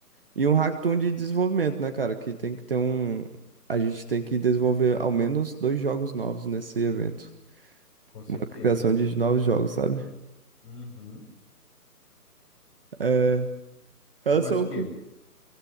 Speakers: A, on the right (about 35°); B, on the left (about 15°).
A: E um hackathon de desenvolvimento, né, cara? Que tem que ter um. A gente tem que desenvolver ao menos dois jogos novos nesse evento.
B: Com certeza.
A: Uma criação de novos jogos, sabe?
B: Uhum.
A: É. Elas
B: E mais
A: são.
B: o quê?